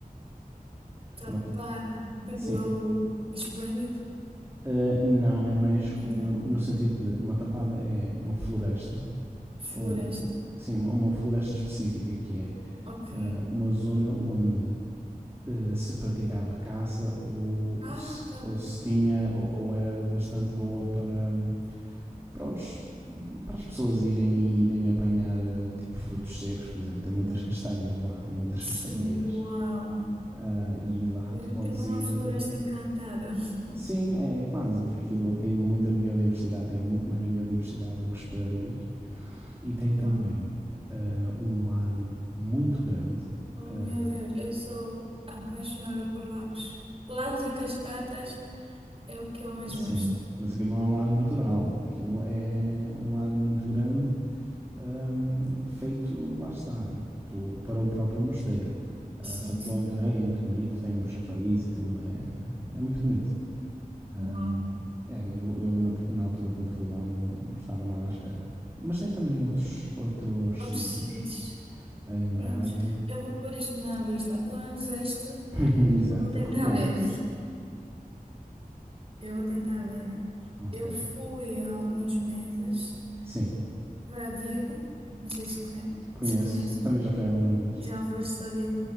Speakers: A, on the right; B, on the right.
A: Tapada,
B: Uma
A: tipo
B: sim,
A: algo esplêndido.
B: Uh, não, é mais como
A: Então,
B: no sentido de uma tapada é uma floresta,
A: floresta.
B: ou sim, uma- floresta específica que é
A: Ok.
B: uh, uma zona onde uh, se praticava caça ou
A: Ah,
B: ou, se,
A: tá
B: ou
A: bem.
B: se tinha ou, ou era bastante boa para, para, os- para as pessoas irem e irem apanhar uh, tipo frutos secos, por exemplo, tem muitas castanhas lá, tem muitas castanheiras.
A: Sim, uau.
B: Ah, e lá
A: Eu-
B: tu podes
A: Tipo uma
B: ir
A: floresta
B: ah,
A: encantada. <laughs>
B: Sim, é é quase, porque aquilo tem muita biodiversidade, tem muito mais biodiversidade do que esperarias. E tem
A: Uau.
B: também ah, um lago muito grande.
A: Oh, meu
B: ah,
A: Deus, eu sou apaixonada por lagos. Lagos e cascatas é o que eu mais
B: sim,
A: gosto.
B: mas aquilo não é um lago natural. Aquilo é um lago muito grande, ahm, feito, lá está, pelo- para o próprio mosteiro. Ah,
A: Sim,
B: só que
A: sim.
B: ele é muito grande, e é muito bonito, tem um chafariz e tudo, é, é muito bonito. Ahm,
A: Uau.
B: é, eu, eu na, na altura quando fui lá não, não estava nada à espera. Mas tem também outros, outros
A: Altos
B: sítios
A: sítios.
B: em
A: Prontos,
B: Braga.
A: eu vou pôr isto na lista, pelo menos este eu
B: <laughs> Exato,
A: vou tentar
B: eu recomendo.
A: ver. Eu vou tentar ver.
B: Ok.
A: Eu fui há alguns meses
B: Sim,
A: para Vigo, não sei se, conhe-
B: conheço.
A: se conheces,
B: Também já fui algumas vezes.
A: já foste a Vigo.